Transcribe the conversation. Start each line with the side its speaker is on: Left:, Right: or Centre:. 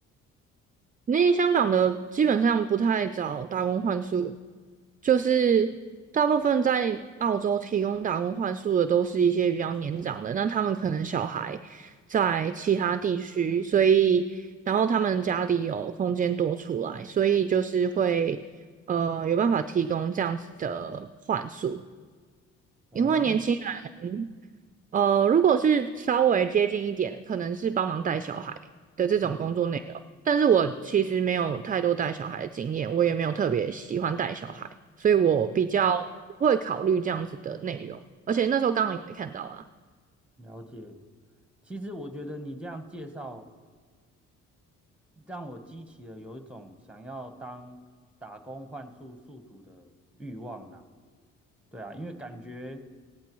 Right: 因为香港的基本上不太找打工换宿，就是大部分在澳洲提供打工换宿的都是一些比较年长的，那他们可能小孩在其他地区，所以然后他们家里有空间多出来，所以就是会呃有办法提供这样子的换宿，
Centre: 哦，
Right: 因为年轻人。
Centre: 那
Right: 呃，如果是稍微接近一点的，可能是帮忙带小孩的这种工作内容。
Centre: 嗯
Right: 但是我其实没有太多带小孩的经验，我也没有特别喜欢带小孩，所以我比较不会考虑这样子的内容。
Centre: 嗯，
Right: 而且那时候刚好也没看到啊。
Centre: 了解。其实我觉得你这样介绍，让我激起了有一种想要当打工换宿宿主的欲望啦。对啊，因为感觉。